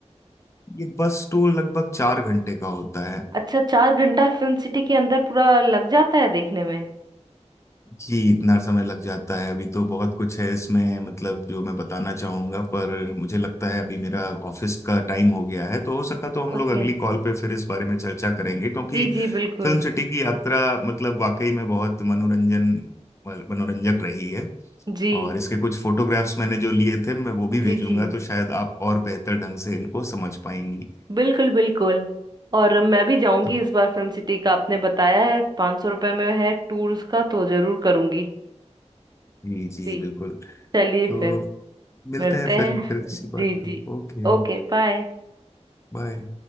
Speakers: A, on the left; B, on the right.
A: ये बस टूर लगभग चार घंटे का होता है
B: अच्छा चार घंटा फिल्म सिटी के अंदर पूरा लग जाता है देखने में
A: जी इतना समय लग जाता है अभी तो बहुत कुछ है इसमें मतलब जो मैं बताना चाहूंगा पर मुझे लगता है अभी मेरा ऑफिस का टाइम हो गया है तो हो सका तो हम लोग
B: ओके
A: अगली कॉल पे फिर इस बारे में चर्चा करेंगे क्योंकि
B: जी जी बिल्कुल
A: फिल्म सिटी की यात्रा मतलब वाकई में बहुत मनोरंजन मनोरंजक रही है
B: जी
A: और इसके कुछ फोटोग्राफ्स मैंने जो लिए थे मैं वो भी भेजूंगा
B: जी जी
A: तो शायद आप और बेहतर ढंग से इनको समझ पाएंगी
B: बिल्कुल बिल्कुल और मैं भी जाऊंगी
A: तो
B: इस बार फिल्म सिटी का आपने बताया है पाँच सौ रुपये में है टूर उसका तो जरूर करूंगी
A: जी जी
B: जी
A: बिल्कुल
B: चलिए
A: तो
B: फिर
A: मिलते
B: मिलते
A: हैं फिर
B: हैं
A: फिर किसी
B: <laughs> जी
A: बात
B: जी
A: पे ओके
B: Okay bye
A: बाय